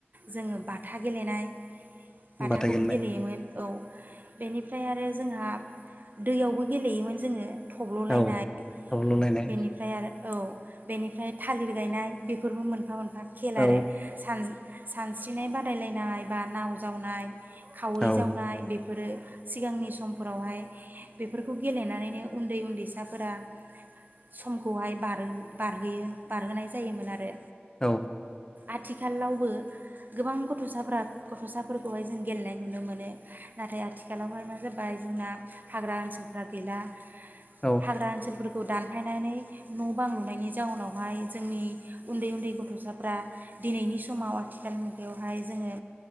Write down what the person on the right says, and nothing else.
जोङो बाथा गेलेनाय बाथाखौबो
गेलेयोमोन औ बेनिफ्राय आरो जोंहा दैयावबो गेलेयोमोन जोङो थब्ललायनाय
बेनिफ्राय आरो औ बेनिफ्राय थालिर गायनाय बेफोरबो मोन फा मोनफा खेल
आरो सान सानस्रिनाय बादायलायनाय बा नाव जावनाय खावै
जावनाय बे फोरो सिगांनि समफोरावहाय बे फोरखौ गेलेनानैनो उन्दै उन्दैसाफोरा समखौहाय बार-बारहोयो बारहोनाय जायोमोन आरो
आथिखालावबो गोबां गथ'साफ्रा गथ'साफोरखौहाय जों गेलेनाय नुनो मोनो नाथाय आथिखालावहाय मा जाबाय जोंना हाग्रा ओनसोल रा गैला
हाग्रा ओनसोलफोर खौ दानफायनानै न' बां लुनायनि जाउनावहाय जोंनि उन्दै उन्दै गथ'साफ्रा दिनैनि समाव आथिखाल मुगायावहाय जोङो